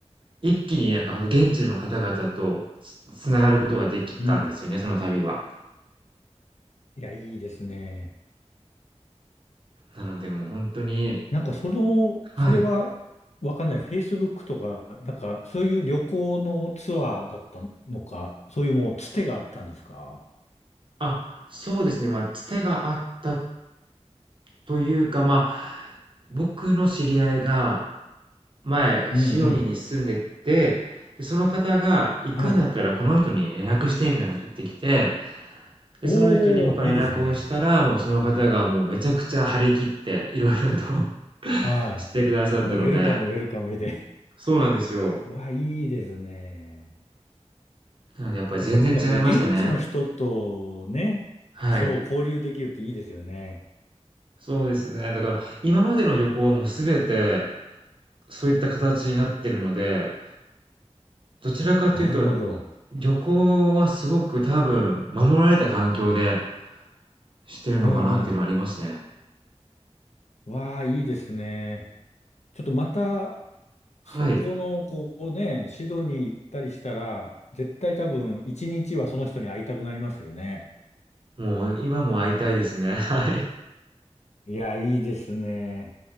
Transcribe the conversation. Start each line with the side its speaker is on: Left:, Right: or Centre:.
Right: 一気になんか現地の方々とつ、つながることができたんですよね、
Left: うん。
Right: その旅は。
Left: いや、いいですね。
Right: なのでもう本当に、
Left: なんかその、
Right: はい。
Left: それはわかんない。Facebook とか、なんかそういう旅行のツアーだったのか、そういうもうつてがあったんですか
Right: あ、そうですね。まあ、つてがあったというか、まあ、僕の知り合いが、前、
Left: うんうん。
Right: シドニーに住んでて、で、その方が行くんだったらこの人に連絡してみたいなこと言ってきて、
Left: はい。
Right: で、
Left: おー、
Right: その人に僕は連絡をしたら、
Left: いいですね。
Right: もうその方がもうめちゃくちゃ張り切っていろいろと <laughs>
Left: は
Right: してくださったので、
Left: い。もうウェルカム、ウェルカムで。
Right: そうなんですよ。
Left: <laughs> うわ、いいですね。
Right: なのでやっぱり全然違いましたね。
Left: やっぱりなんかこう、現地の人とね、
Right: はい。
Left: そう、交流できるっていいですよね。
Right: そうですね。だから今までの旅行はもう全てそういった形になってるので、どちらかというと、
Left: なるほど。
Right: 旅行はすごく多分守られた環境でしてるのかなっていうのはありますね。
Left: うんうん。わあ、いいですね。ちょっとまた、
Right: はい。
Left: そこの、こうね、シドニー行ったりしたら、絶対多分、一日はその人に会いたくなりますよね。
Right: もう今も会いたいですね。<laughs> はい。
Left: いや、いいですね。